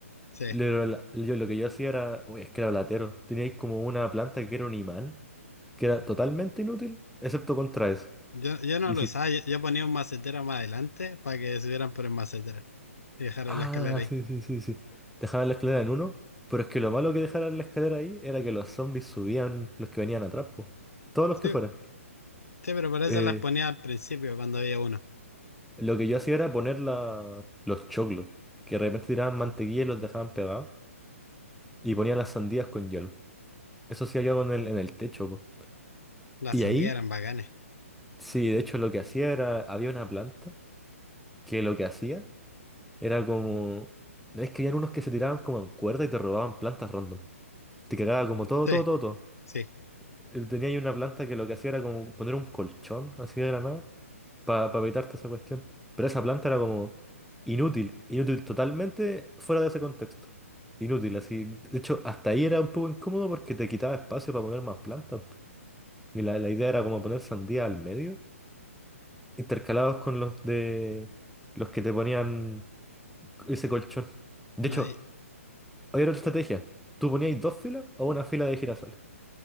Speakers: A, on the left (about 75°); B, in the centre.
A: Sí,
B: Lo- lo- Yo lo que yo hacía era, uy, es que era latero. Teníais como una planta que era un imán, que era totalmente inútil, excepto contra eso.
A: yo, yo no
B: Y
A: lo
B: si
A: usaba, yo, yo ponía un macetero más adelante para que subieran por el macetero y dejaran
B: Ah,
A: la escalera ahí.
B: sí, sí, sí, sí. Dejaban la escalera en uno, pero es que lo malo que dejaran la escalera ahí era que los zombies subían los que venían atrás, po. Todos los
A: Sí,
B: que fueran.
A: sí, pero por eso
B: Eh,
A: las ponía al principio cuando había uno.
B: lo que yo hacía era poner la- los choclos, que de repente tiraban mantequilla y los dejaban pegados, y ponía las sandías con hielo. Eso hacía yo en el, en el techo, po.
A: Las
B: Y
A: sandías
B: ahí,
A: eran bacanes.
B: sí, de hecho lo que hacía era, había una planta que lo que hacía era como... Es que habían unos que se tiraban como en cuerda y te robaban plantas random. Te cagaba como todo,
A: Sí.
B: todo, todo, todo.
A: Sí,
B: eh, tenía ahí una planta que lo que hacía era como poner un colchón así de la nada para evitarte esa cuestión. Pero esa planta era como inútil, inútil totalmente fuera de ese contexto. Inútil, así. De hecho, hasta ahí era un poco incómodo porque te quitaba espacio para poner más plantas. Y la, la idea era como poner sandía al medio, intercalados con los de los que te ponían ese colchón. De
A: no
B: hecho,
A: hay-
B: había otra estrategia. Tú ponías dos filas o una fila de girasoles.